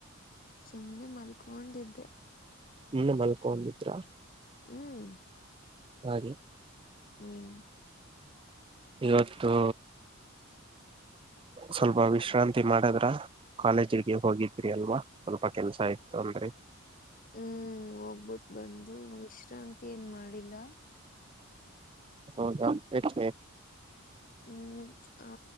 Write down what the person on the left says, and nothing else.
ಸುಮ್ನೆ ಮಲ್ಕೊಂಡಿದ್ದೆ.
ಹ್ಮ್
ಹ್ಮ್
<inaudible>
ಹ್ಮ್ ಹೋಗ್ಬಿಟ್ಟ ಬಂದು ವಿಶ್ರಾಂತಿ ಏನ್ ಮಾಡಿಲ್ಲ.
ಹ್ಮ್ ಆ